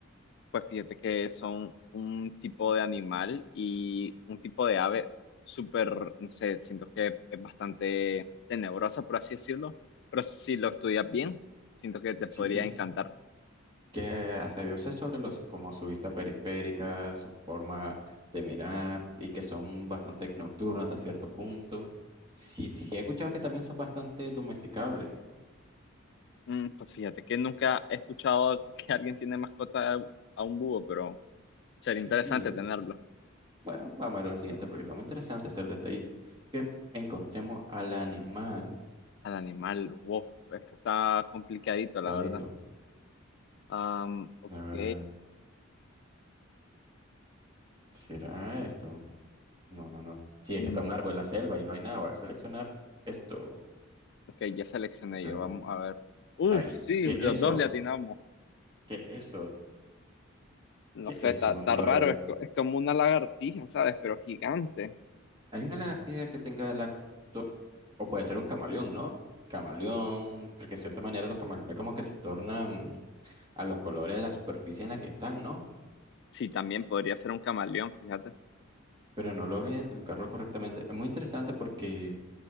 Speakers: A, on the left; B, on the right.
A: Pues fíjate que son un tipo de animal y un tipo de ave súper, no sé, siento que es bastante tenebrosa, por así decirlo, pero si lo estudias bien, siento que te
B: Sí,
A: podría
B: sí.
A: encantar.
B: ¿Qué hace? Yo sé sobre los, como su vista periférica, su forma de mirar y que son bastante nocturnas hasta cierto punto. Sí, sí, he escuchado que también son bastante domesticables.
A: Mm, pues fíjate que nunca he escuchado <laughs> que alguien tiene mascota a un búho, pero sería
B: Sí,
A: interesante
B: sí. yo le-
A: tenerlo.
B: Bueno, vamos a ver la siguiente porque está muy interesante hacer detallito. Es que encontremos al animal.
A: Al animal, wow, esto está complicadito,
B: Aguacadito.
A: la verdad. Am, ok,
B: A ver, a ver. ¿Será esto? No, no, no. Sí,
A: mm,
B: es que está un árbol en la selva y no hay nada. Voy a seleccionar esto.
A: ok, ya seleccioné
B: Eso.
A: yo, vamos a ver. Uf,
B: Ahí.
A: sí,
B: ¿Qué
A: los
B: eso?
A: dos le atinamos.
B: ¿Qué eso?
A: no
B: ¿Qué
A: sé,
B: eso?
A: está, está
B: No
A: raro,
B: logra ver.
A: es, co- es como una lagartija, ¿sabes? Pero gigante.
B: Hay una lagartija que tenga lacto. O puede ser un camaleón, ¿no? Camaleón. Porque de cierta manera los camaleones como que se tornan a los colores de la superficie en la que están, ¿no?
A: Sí, también podría ser un camaleón, fíjate.
B: pero no logro identificarlo correctamente. Es muy interesante porque